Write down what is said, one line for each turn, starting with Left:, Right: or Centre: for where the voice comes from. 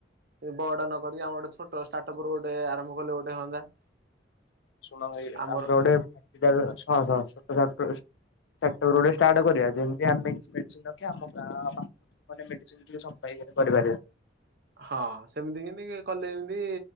Right: ବଡ ନ କରିକି ଆମ ଗୋଟେ ଛୋଟ ଷ୍ଟାର୍ଟପୁରୁ ଗୋଟେ ଆରମ୍ଭ କଲେ ଗୋଟେ ହୁଅନ୍ତା।
Left: ଶୁଣ ଭାଇ
Right: ଆମର
Left: ଆମେ ଗୋଟେ ଶୁଣ ଶୁଣ। <unintelligible> ସେପ୍ଟେବରୋ ଷ୍ଟାର୍ଟ କରିବା ଯେମିତି ଆମେ କିଛି ମେଡିସିନ ରଖିବା ଆମ ଗାଁ ମେଡ଼ିସିନ୍ ସପ୍ଲାଏ କରିପାରିବା।
Right: ହଁ ସେମିତି କେମତି କଲେ ଏମିତି